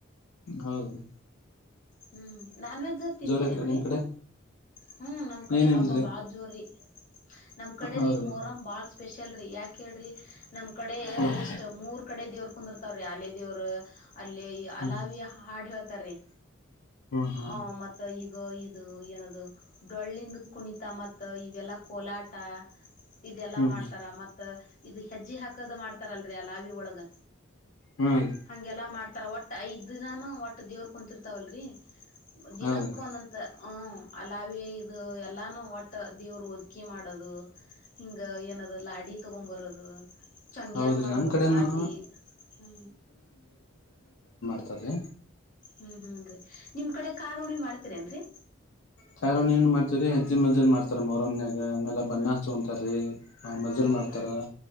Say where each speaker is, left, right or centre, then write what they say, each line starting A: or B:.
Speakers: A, on the left; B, on the left.
A: ಹೌದು.
B: ಹ್ಞ ನಾನ್ ವೆಜ್ ತಿಂತೀರ
A: ಐತ್ರಿ
B: ನ್ರೀ.
A: ನಿಮ್ ಕಡೆ
B: ಹ್ಮ್ ನಮ್ ಕಡೆ
A: ಏನಿಲ್ರಿ
B: ಹಬ್ಬ ಬಾ ಜೋರರಿ. ನಮ್ ಕಡೆ
A: ಹೌದ್ರಿ
B: ರೀ ಮೋರ್ ಬಾಲ್ಸ್. ಸ್ಪೆಷಲ್ ರರಿ ಯಾಕೆ ಹೇಳಿ್ರಿ ನಮ್ ಕಡೆ
A: ಹ್ಮ್
B: ಎಷ್ಟ್ ಮೂರ್ ಕಡೆ ದೇವ್ರ ಕುಂದಿರ್ತಾವ್ರೀ ಯಾಲೇ. ಇ. ಅಲ್ಲಿ
A: ಹ್ಮ್
B: ಅಲಾವಿ ಹಾಡು. ತರೇ.
A: ಹ್ಮ್ ಹ್ಮ್
B: ಹ ಮತ್ತೆ ಈ. ಗೋ ಇದು ಏನದು. ಡೊಳ್ಳಿಂದ ಕುಣಿತ ಮತ್ ಇವೆಲ್ಲಾ ಕೋಲಾಟ. ಇದೆಲ್ಲಾ
A: ಹ್ಮ್
B: ಮಾಡ್ತಾರ ಮತ್ ಇದು ಹೆಜ್ಜಿ ಹಾಕದ ಮಾಡ್ತಾರಲ್ರರಿ ಅ ಲಾವಿ ಒಳಗ
A: ಹ್ಮ್ ರೀ
B: ಹಂಗೆಲ್ಲಾ ಮಾಡ್ತಾರ ಒಟ್ಟ ಐದ್ ದಿನಾನ. ಒಟ್ಟ ದೇವರ್ ಕುಂತರ್ತಾವಲ್ರರಿ. ದಿನಕ್ಕೂ
A: ಹೌದ್ರಿ
B: ಒಂದಂತ ಹ. ತಾವೇ ಇ ಎಲ್ಲಾನು ಒಟ್ಟ ದೇವ್ರು ಒದಕಿ ಮಾಡೋದು ಹಿಂಗ ಏನದ. ಲಾಡಿ ತೊಗೊ್ಂಬರೋದು ಚಂಗ್ಯನು
A: ಹೌದ್ರಿ
B: ಮಾಡೋದು
A: ನಮ್ ಕಡೆನು
B: ಮಾಡದಲಿ ಹ್ೂ.
A: ಹತಾರೆ
B: ಹ್ಮ್ ಹ್ಮ್ೂನ್ರಿ. ನಿಮ್ ಕಡೆ ಕಾರಖ ಉಣಿ ಮಾಡ್ತೀರ ನ್ರರಿ.
A: ಚಾರ್ಣ ಏನ್ ಮಾಡ್ತವರಿ ಹೆಜ್ಜ ಮಜ್ಜ ಮಾಡತಾರ ಮರಮ್ನಯಾಗ ಆಮೇ ಬಣ್ಣ ಹಸ್ಕೊಂತಾರೀ. ಹ
B: ಹ್ಮ್
A: ಮಜಲ್
B: ಹ್ಮ್
A: ಮಾಡ್ತಾರ